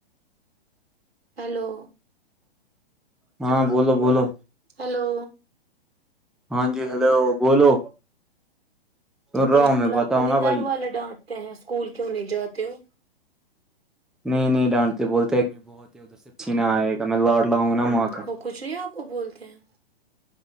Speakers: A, on the right; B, in the centre.
A: ہیلو
B: ہاں بولو بولو
A: ہیلو
B: ہاں جی ہلو بولو سن رہا
A: میں نے
B: ہوں
A: بلا
B: بتاؤ
A: آپ کو نہیں
B: نا بھائی
A: گھر والے ڈانٹتے ہیں اسکول کیوں نہیں جاتے ہو
B: نہیں نہیں ڈانٹتے بولتے بہت ہی ادھر سے پچھیناا آئے گا میں لاڑ لا ہوں نا ماں کا
A: وہ کچھ نہیں آپ کو بولتے ہیں